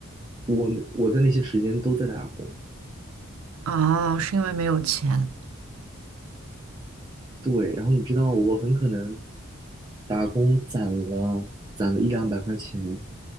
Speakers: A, on the right (about 20°); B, on the right (about 80°).
A: 我我在那些时间都在打工，
B: 哦，是因为没有钱。
A: 对，然后你知道，我很可能打工攒了攒了一两百块钱，